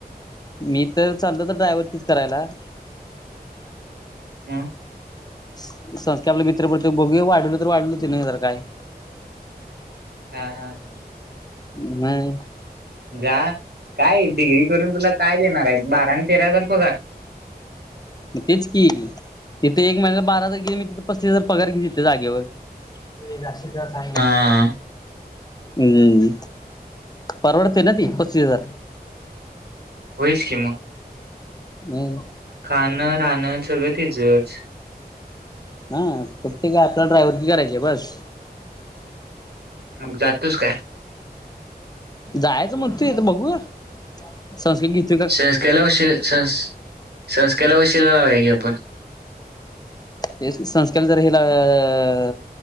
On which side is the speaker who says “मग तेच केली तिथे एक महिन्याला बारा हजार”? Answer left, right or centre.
Left